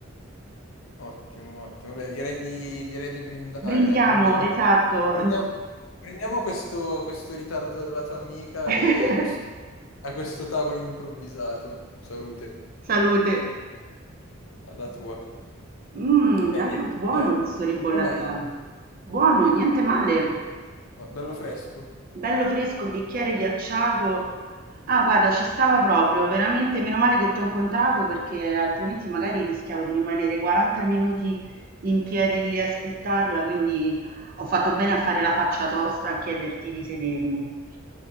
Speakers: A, on the left; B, on the right.
A: Ottimo, ottimo. Beh, direi di, direi di brindare,
B: Brindiamo,
A: dai, brindiamo,
B: esatto.
A: brindiamo- brindiamo questo, questo ritardo della tua amica
B: <laughs>
A: e a questo, a questo tavolo improvvisato. Salute,
B: Salute.
A: alla tua.
B: Mmm,
A: Eh,
B: anche buono
A: direi- eh,
B: questo ribolla
A: com'è?
B: giallo. Buono, niente male.
A: Ma Bello fresco?
B: Bello fresco, bicchiere ghiacciato. Ah, guarda, ci stava proprio, veramente meno male che ti ho incontrato perché altrimenti magari rischiavo di rimanere 40 minuti in piedi lì a aspettarla, quindi ho fatto bene a fare la faccia tosta a chiederti di sedermi.